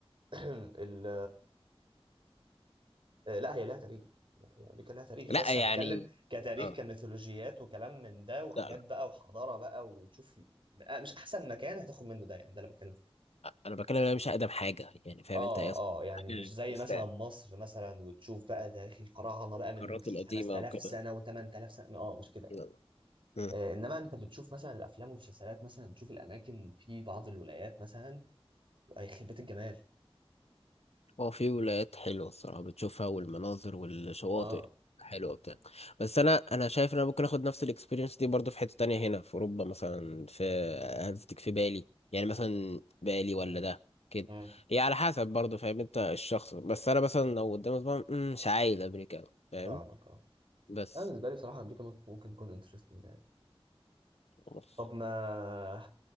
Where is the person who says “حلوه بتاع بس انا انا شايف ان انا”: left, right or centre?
Left